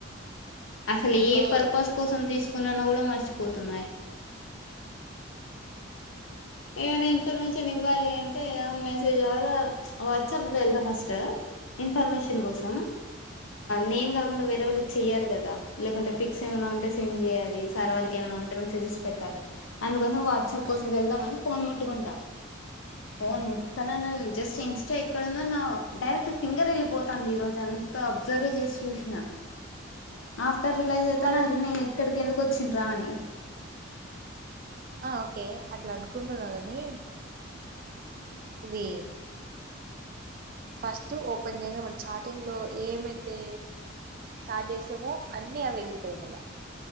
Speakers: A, on the left; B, on the right.
A: అసలు
B: అంతే
A: ఏ పర్పస్ కోసం తీసుకో కొన్నాన్న కూడా మర్చిపోతున్నా ఏమైనా ఇన్ఫర్మేషన్ ఇవ్వాలి అంటే మెసేజ్ ద్వారా వాట్సాప్ వెల్తా ఫస్ట్ ఇన్ఫర్మేషన్ కోసం నేను కాకుండా వేరే వాళ్ళకి చెయాలి కదా లేకుంటే పిక్స్ ఏమైనా ఉంటే సెండ్ చేయాలి సార్ వాళ్ళకి ఏమైనా ఉంటే మెసేజెస్ పెట్టాలి అందుకోసం వాట్సాప్
B: ఉమ్,
A: కోసం వెళ్దాంని ఫోన్ ముట్టుకుంటా ఫోన్
B: ఉమ్.
A: ముట్కున్నా జస్ట్ ఇన్స్టా ఎక్కడందో నా డైరెక్ట్ ఫింగర్ వెళ్ళిపోతంది ఈ రోజు అంతా అబ్జర్వ్ చేసి చూసిన ఆ రిలైజ్వుతానా
B: మళ్ళీ
A: అరే నేను ఇక్కడికి ఎందు వచ్చ చ్చినరా అని
B: ఆ ఓకే అట్లా అనుకుంటున్నావు గాని ఇది ఫస్ట్ ఓపెన్ చేయగానే మన చార్టింగ్ లో ఏమైతే చార్ట్ చేసామో అన్ని అవేగుతాయి మళ్ళా